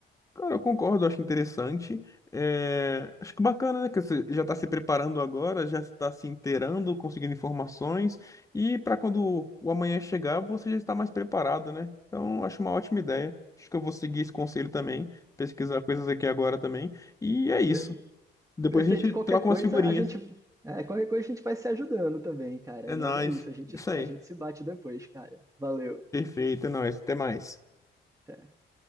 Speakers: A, on the left; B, on the right.
A: Cara, eu concordo, eu acho interessante. É, acho que bacana, né? Que você já está se preparando agora, já está se inteirando, conseguindo informações, e para quando o amanhã chegar, você já está mais preparado, né? Então, acho uma ótima ideia. Acho que eu vou seguir esse conselho também, pesquisar coisas aqui agora também. E é isso.
B: Per-
A: Depois
B: Perfeito.
A: a gente
B: E qualquer
A: troca
B: coisa,
A: umas figurinhas.
B: a gente. é, qualquer coisa a gente vai se ajudando também, cara.
A: É nóis.
B: Mas é isso, a gente,
A: Isso
B: se-
A: aí.
B: a gente se bate depois, cara. Valeu.
A: Perfeito, é nóis. Até mais.
B: Até.